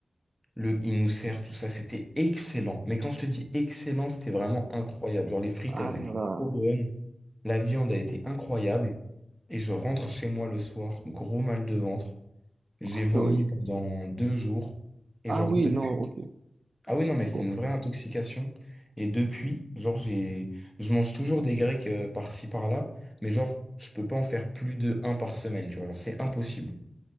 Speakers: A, in the centre; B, on the right (about 65°).
A: Le, il nous sert tout ça. C'était excellent. Mais quand je te dis excellent, c'était vraiment incroyable. Genre, les frites,
B: Ah
A: elles étaient
B: là là.
A: trop bonnes. La viande a été incroyable et je rentre chez moi le soir, gros mal de ventre. J'ai
B: Ah,
A: vomi
B: c'est horrible.
A: pendant deux jours et
B: Ah
A: genre
B: oui,
A: depuis.
B: non, ok.
A: Ah oui, non, mais c'était
B: Bon.
A: une vraie intoxication. Et depuis, genre j'ai, je mange toujours des grecs euh, par-ci par-là, mais genre je peux pas en faire plus de un par semaine, tu vois. Genre c'est impossible.